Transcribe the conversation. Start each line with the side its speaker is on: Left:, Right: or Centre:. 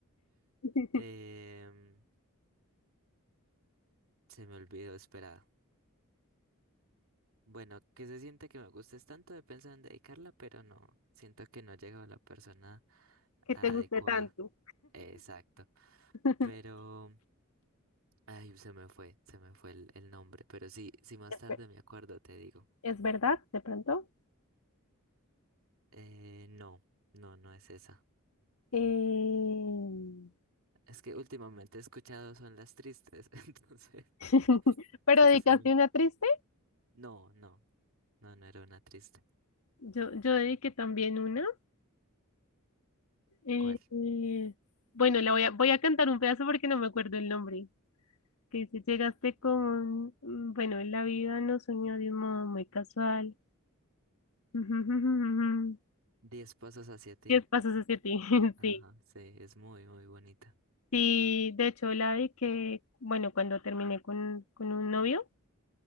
Left: <laughs>
Right: Em, se me olvidó, esperado. Bueno, ¿qué se siente que me gustes tanto? He pensado en dedicarla, pero no, siento que no he llegado a la persona
Left: Que
Right: adecuada.
Left: te guste tanto.
Right: Exacto.
Left: <laughs>
Right: Pero... Ay, se me fue, se me fue el, el nombre, pero sí, si más
Left: Es
Right: tarde
Left: ver-
Right: me acuerdo, te digo.
Left: es verdad, de pronto.
Right: Eh, no, no, no es esa.
Left: Eh,
Right: Es que últimamente he escuchado son las tristes, <laughs> entonces
Left: <laughs> ¿Pero
Right: se-
Left: dedicaste
Right: se me-
Left: una triste?
Right: No, no, no, no era una triste.
Left: Yo, yo dediqué también una. eh,
Right: ¿Cuál?
Left: eh, bueno, la voy a, voy a cantar un pedazo porque no me acuerdo el nombre. que dice, llegaste con, un- bueno, la vida nos unió de un modo muy casual. <laughs>
Right: Diez pasos hacia ti.
Left: Diez pasos hacia ti, <laughs>
Right: Ajá,
Left: sí.
Right: sí, es muy, muy bonita.
Left: Sí, de hecho, la de que, bueno, cuando terminé con, con un novio,